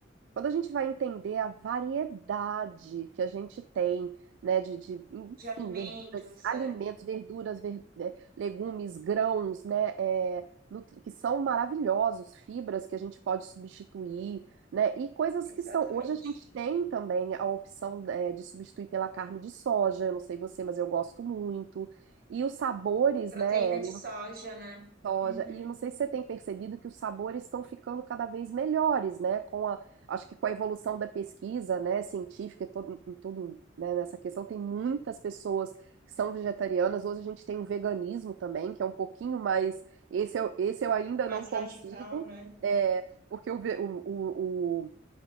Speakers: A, on the right (about 70°); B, on the right (about 50°).
A: quando a gente vai entender a variedade que a gente tem, né, de, de, enfim,
B: De alimentos,
A: verduras, alimentos,
B: é,
A: verduras, ver- né, legumes, grãos, né, é, nutri- que são maravilhosos, fibras que a gente pode substituir, né, e coisas
B: exatamente.
A: que são. Hoje a gente tem também a opção, é, de substituir pela carne de soja. Eu não sei você, mas eu gosto muito. E os sabores,
B: Proteína
A: né, Ellen?
B: de soja, né?
A: Soja.
B: Uhum.
A: E não sei se você tem percebido que os sabores estão ficando cada vez melhores, né? Com a, acho que com a evolução da pesquisa, né, científica e todo, em tudo, né, nessa questão, tem muitas pessoas que são vegetarianas. Hoje a gente tem o veganismo também, que é um pouquinho mais. Esse eu, esse eu ainda
B: Mais
A: não consigo,
B: radical, né?
A: é, porque o, ve- o, o, o-